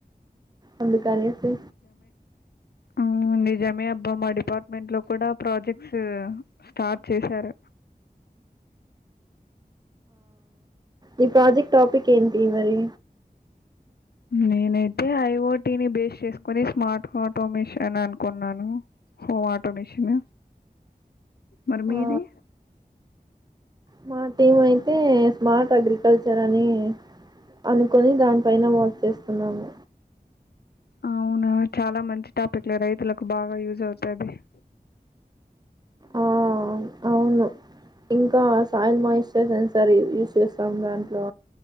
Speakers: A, on the right; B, on the left.
A: అందుకనేసి
B: అవును నిజమే అబ్బా మా డిపార్ట్మెంట్ లో కూడా ప్రాజెక్ట్స్ స్టార్ట్ చేశారు
A: ఈ ప్రాజెక్ట్ టాపిక్ ఏంటి మరి
B: నేనైతే ఐఓటీ ని బేస్ చేసుకుని స్మార్ట్ ఆటోమేషన్ అనుకున్నాను హో ఆటో మిషిన్ మరి మీది
A: ఆ మా టీమ్ అయితే స్మార్ట్ అగ్రికల్చర్ అని అనుకొని దానిపైన వర్క్ చేస్తున్నాము
B: అవునా చాలా మంచి టాపిక్లే రైతులకు బాగా యూజ్ అవుతాది <inaudible>
A: ఆ అవును ఇంకా సైమహస్ సెన్సర్ యూజ్ చేస్తాం దాంట్లో